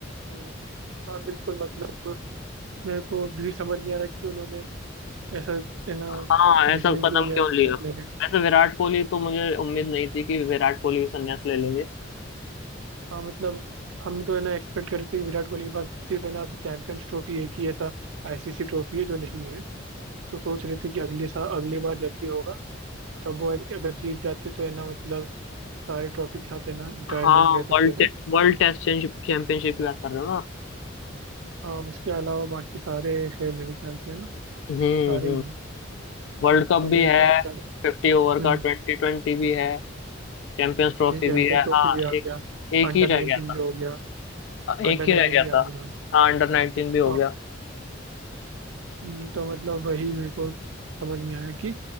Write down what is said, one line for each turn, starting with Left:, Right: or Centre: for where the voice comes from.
Right: हम्म, हाँ बिल्कुल मतलब मेरे को भी समझ नहीं आ रहा कि उन्होंने ऐसा है ना
Left: हाँ
Right: डिसीजन
Left: ऐसा कदम
Right: क्यों लिया
Left: क्यों
Right: ऐसे
Left: लिया
Right: क्लास लेने का
Left: वैसे विराट कोहली तो मुझे उम्मीद नहीं थी कि विराट कोहली भी संन्यास ले लेंगे
Right: हाँ मतलब हम तो है ना एक्सपेक्ट करते थे कि विराट कोहली के पास सिर्फ है ना चैंपियंस ट्रॉफी है कि ऐसा आईसीसी ट्रॉफी है जो नहीं है तो सोच रहे थे कि अगले साल अगली बार जब भी होगा तब वो अगर जीत जाते तो है ना मतलब सारे ट्रॉफी के साथ है ना रिटायरमेंट
Left: हाँ
Right: ले
Left: वर्ल्ड
Right: सकते थे
Left: वर्ल्ड टेस्ट चैंपियनशिप की बात कर रहे हो ना
Right: आ, उसके अलावा बाकी सारे है मेरे ख्याल से है ना
Left: हम्म
Right: सारे
Left: हम्म
Right: ही हैं
Left: वर्ल्ड कप
Right: तो
Left: भी
Right: मेरे
Left: है
Right: को लग रहा था
Left: फिफ्टी ओवर
Right: हम्म
Left: का ट्वेंटी ट्वेंटी भी है चैंपियंस ट्रॉफी
Right: ये चैंपियंस
Left: भी है
Right: ट्रॉफी
Left: हाँ
Right: भी आ गया
Left: एक एक
Right: अंडर
Left: ही रह
Right: नाइनटीन
Left: गया था
Right: भी हो गया
Left: हाँ, एक
Right: अंडर नाइनटीन
Left: ही रह गया
Right: भी
Left: था
Right: आ गया
Left: हाँ अंडर नाइनटीन भी हो
Right: हाँ,
Left: गया
Right: हम्म, तो मतलब वही मेरे को समझ नहीं आया कि